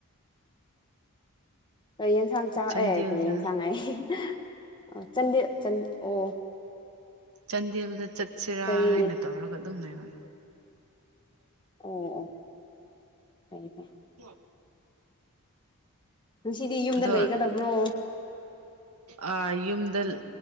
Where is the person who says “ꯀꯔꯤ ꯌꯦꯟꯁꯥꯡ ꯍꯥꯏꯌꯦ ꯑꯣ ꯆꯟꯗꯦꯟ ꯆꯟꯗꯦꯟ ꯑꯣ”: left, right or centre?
Left